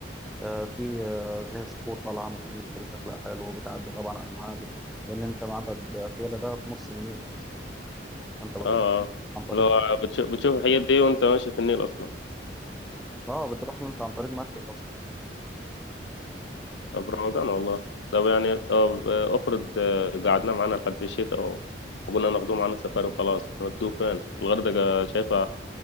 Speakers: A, in the centre; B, on the left (about 80°).
A: آه في آه زي صخور طالعه من النيل كده شكلها حلو وبتعدي طبعا على المعابد لان انت معبد فيلة ده في نص النيل اصلا فانت بتروح
B: آه آه
A: عن طريق
B: لو بتشوف بتشوف الحاجات دي وأنت ماشي في النيل أصلا
A: اه بتروح له انت عن طريق مركب اصلا
B: طب روقان والله طب يعني طب آه، افرض آه، قعدنا معانا لحد الشتاء اهو وقلنا ناخدوه معانا سفاري وخلاص نودوه فين الغردقة شايفة